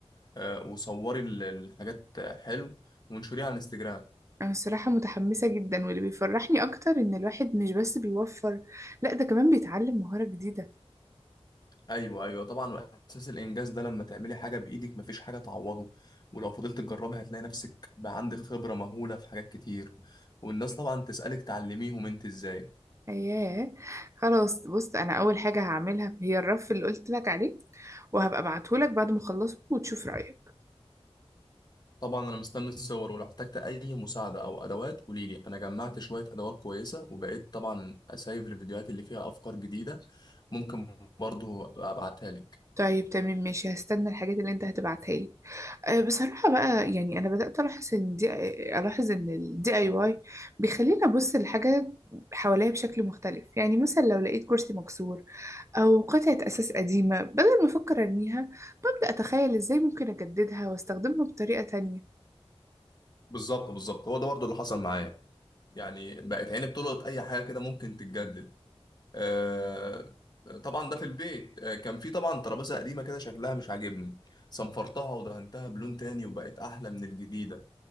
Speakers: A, on the left; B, on the right.
A: آه، وصوري ال- الحاجات حلو وانشريها على الانستجرام
B: أنا الصراحة متحمسة جدا واللي بيفرحني أكتر إن الواحد مش بس بيوفر لأ ده كمان بيتعلم مهارة جديدة
A: ايوه ايوه طبعا واساس الانجاز ده لما تعملي حاجه بايدك مفيش حاجه تعوضه ولو فضلت تجربي هتلاقي نفسك بقى عندك خبره مهوله في حاجات كتير والناس طبعا تسالك تعلميهم انت ازاي
B: أياه خلاص بص أنا أول حاجة هعملها هي الرف اللي قلت لك عليه وهبقى أبعتهولك بعد ما أخلصه وتشوف رأيك
A: طبعا انا مستني الصور ولو احتجت اي مساعده او ادوات قوليلي انا جمعت شويه ادوات كويسه وبقيت طبعا اسايف الفيديوهات اللي فيها افكار جديده ممكن برضو أبقى ابعتها لك
B: طيب تمام ماشي هستنى الحاجات اللي انت هتبعتها لي أه بصراحة بقى يعني انا بدأت الاحظ ان دي الاحظ ان الدي اي واي بيخليني ابص للحاجة حواليا بشكل مختلف يعني مثلا لو لقيت كرسي مكسور او قطعة اساس قديمة بدل ما افكر ارميها ببدأ اتخيل ازاي ممكن اجددها واستخدمها بطريقة تانية
A: بالظبط بالظبط هو ده برضو اللي حصل معايا يعني بقت عيني بتلقط اي حاجه كده ممكن تتجدد آه، طبعا ده في البيت آه، كان في طبعا ترابيزه قديمه كده شكلها مش عاجبني صنفرتها ودهنتها بلون تاني وبقت احلى من الجديده